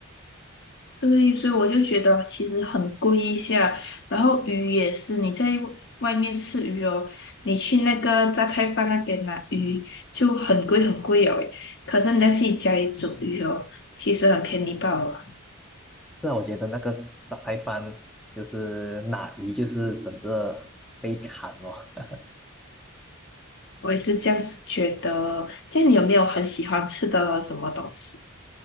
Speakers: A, on the left (about 50°); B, in the centre.
A: 对，所以我就觉得其实很贵一下。然后鱼也是，你在外面吃鱼哦，你去那个榨菜饭那边拿鱼就很贵很贵哦诶，可是你在自己家里煮鱼哦，其实很便宜罢了。
B: 是啊，我觉得那个杂菜饭就是拿鱼，就是等着被砍哦。<laughs>
A: 我也是这样子觉得。这样你有没有很喜欢吃的什么东西？